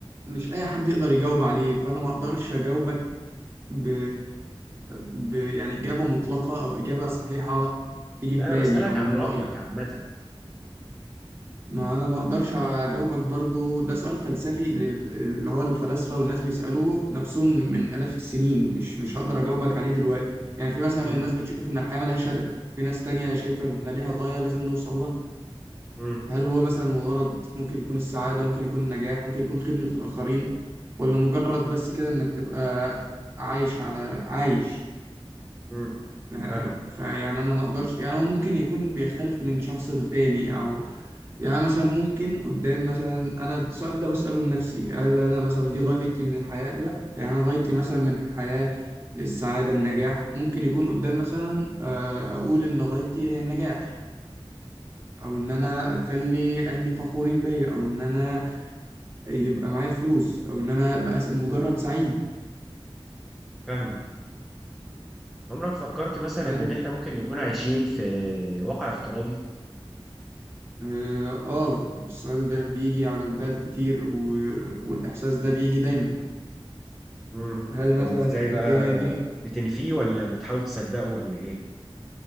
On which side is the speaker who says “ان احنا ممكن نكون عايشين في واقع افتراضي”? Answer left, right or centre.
Centre